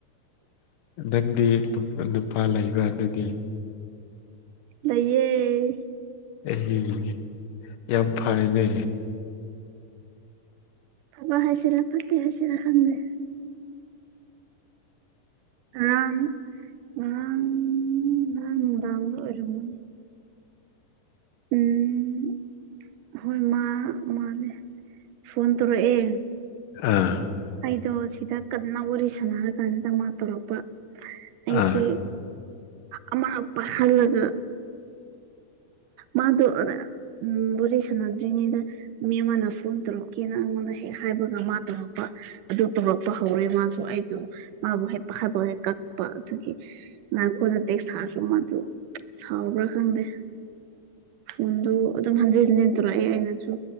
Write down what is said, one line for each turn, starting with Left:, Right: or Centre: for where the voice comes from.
Left: ꯅꯪꯗꯤ ꯑꯇꯣꯞꯄ ꯅꯨꯄꯥ ꯂꯩꯕ꯭ꯔ ꯑꯗꯨꯗꯤ
Right: ꯂꯩꯌꯦ
Left: ꯑꯩ ꯌꯥꯝ ꯐꯩꯌꯦꯅꯦ
Right: ꯐꯕ ꯍꯥꯁꯤꯔ ꯐꯠꯇꯦ ꯍꯥꯁꯤꯔ ꯈꯪꯪꯗꯦ ꯉꯥꯔꯥꯡ ꯉꯥꯔꯥꯡ ꯅꯨꯗꯥꯡ ꯁꯨ ꯑꯣꯢꯔꯝꯒꯅꯤ ꯎꯝ ꯍꯣꯏ ꯃꯥ ꯃꯥꯅꯦ ꯐꯣꯟ ꯇꯧꯔꯛꯑꯦ
Left: ꯑꯥ
Right: ꯑꯩꯗꯣ ꯁꯤꯗ ꯀꯟꯅ ꯋꯥꯔꯤ ꯁꯥꯟꯅꯔ ꯀꯥꯟꯗ ꯃꯥ ꯇꯧꯔꯛꯄ ꯑꯩꯁꯦ
Left: ꯑꯥ
Right: ꯑꯃ ꯍꯥꯛꯄ ꯍꯜꯂꯒ ꯃꯥꯗꯣ ꯎꯝ ꯋꯥꯔꯤ ꯁꯟꯅꯗꯣꯢꯅꯤꯅꯥ ꯃꯤ ꯑꯃꯅ ꯐꯣꯟ ꯇꯧꯔꯛꯀꯦꯅ ꯑꯩꯉꯣꯟꯗ ꯍꯦꯛ ꯍꯥꯏꯕꯒ ꯃꯥ ꯇꯧꯔꯛꯄ ꯑꯗꯨ ꯇꯧꯔꯛꯄ ꯍꯧꯔꯦ ꯃꯥꯁꯨ ꯑꯩꯗꯣ ꯃꯥꯕꯨ ꯍꯦꯛ ꯀꯛꯄ ꯍꯦꯛ ꯀꯛꯄꯥ ꯑꯗꯨꯒꯤ ꯅ ꯑꯩꯈꯣꯏꯅ ꯇꯦꯛꯁ ꯊꯥꯔꯁꯨ ꯃꯥꯗꯨ ꯁꯥꯎꯕ꯭ꯔꯥ ꯈꯪꯗꯦ ꯐꯣꯟꯗ ꯑꯗꯨꯝ ꯍꯟꯖꯤꯟ ꯍꯟꯖꯤꯟ ꯇꯔꯛꯑꯦ ꯑꯩꯅꯖꯨ